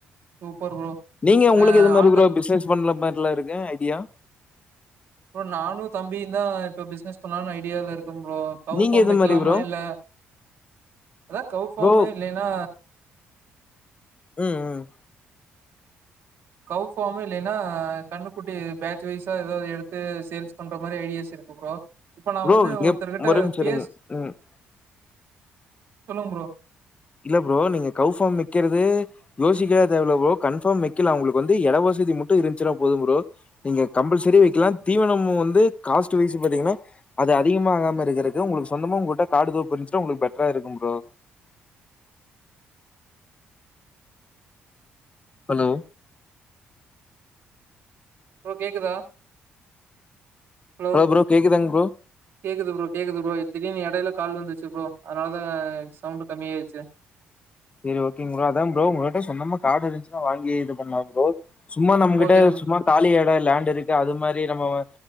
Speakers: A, on the right; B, on the left.
A: super bro.
B: நீங்க உங்களுக்கு
A: அ
B: எது மாரி
A: ஆல்
B: ப்ரோ
A: த
B: பிசினஸ் பண்ற மாரி உல்ல இருக்கே யா
A: நானு தம்பியு தா இப்ப பிஸ்னஸ் பண்ணாம்னு ஐடியால இருக்கோ இருக்கோ ப்றோ கவ்
B: நீங்க
A: பார்ம்
B: இது
A: வெக்கிலாமா
B: மாதிரி ப்ரோ
A: இல்ல அத்தா கவ் பார்ம்
B: ப்ரோ
A: இல்லனா
B: உம் உம்
A: கவ் ஃபார்ம் இல்லனா கண்ணுக்குட்டி பேட்ச் வைஸா ஏதாவது எடுத்து சேல்ஸ் பண்ற மாரி ஐடியாஸ் இருக்கு ப்ரோ இப்ப நான்
B: ப்ரோ
A: வந்து
B: இங்கப்
A: ஒருத்தர்கிட்ட
B: ஒரு நிம்ஷோ
A: பேஸ்
B: இருங்க உம் ம்
A: சொல்லுங்க ப்ரோ
B: இல்ல ப்ரோ நீங்க கவ்ஃபார்ம் வெக்கறது யோசிக்கல்லா தேவயில்ல ப்ரோ கன்ஃபார்ம் வெக்கீலா உங்களுக்கு வந்து எடவசதி மட்டு இருந்துச்சினா போதும் ப்ரோ நீங்க கம்பல்சரி வெக்கிலா தீவனமு வந்து காஸ்ட் வைஸ்னு பாத்தீங்கன்னா அது அதிகமா ஆகாமயிரக்கறக்கு உங்களுக்கு சொந்தமா உங்ககிட்ட காடு தோப்பு இருந்துச்சினா உங்களுக்கு பெட்டரா இருக்கும் ப்ரோ ஹலோ
A: ப்ரோ கேக்குதா ஹலோ
B: ப்ரோ கேக்குதாங்க ப்ரோ
A: கேக்குது ப்ரோ கேக்குது ப்ரோ திடீனு எடையில கால் வந்துச்சு ப்ரோ அதனாலத சவுண்டு கம்மியாய்ர்ச்சு
B: சேரி ஓகேங் ப்ரோ அதா ப்ரோ உங்ககிட்ட சொந்தமா கார்டு இருந்துச்சுனா வாங்கி இது பண்ணலா ப்ரோ சும்மா நம்மகிட்ட
A: ஓகே ப்ரோ
B: சும்மா தாலி எட லேண்டிருக்கு அது மாரி நம்ம வ